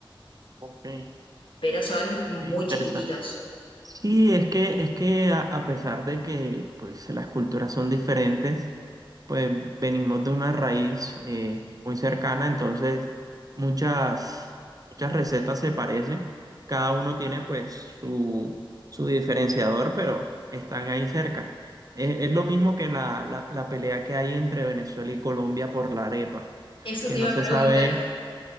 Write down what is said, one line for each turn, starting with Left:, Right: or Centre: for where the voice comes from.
Right: ok, eh,
Left: pero son muy
Right: interesante.
Left: chiquititos.
Right: Sí, es que, es que a, a pesar de que pues, las culturas son diferentes, pues venimos de una raíz eh, muy cercana, entonces muchas, muchas recetas se parecen. Cada uno tiene pues su, su diferenciador, pero están ahí cerca. Es, es lo mismo que la, la la pelea que hay entre Venezuela y Colombia por la arepa,
Left: Eso
Right: que
Left: te
Right: no
Left: iba
Right: se
Left: a preguntar.
Right: sabe.
Left: <laughs>